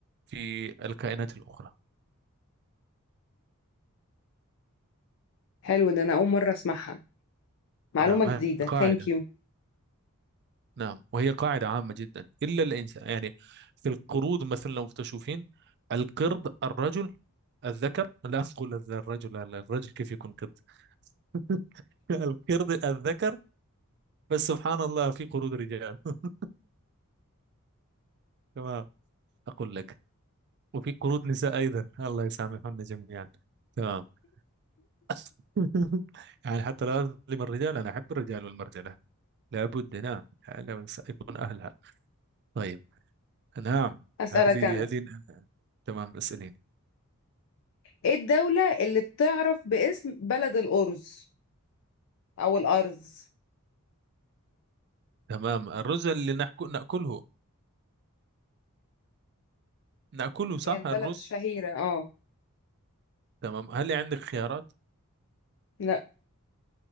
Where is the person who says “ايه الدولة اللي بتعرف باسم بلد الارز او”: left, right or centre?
Left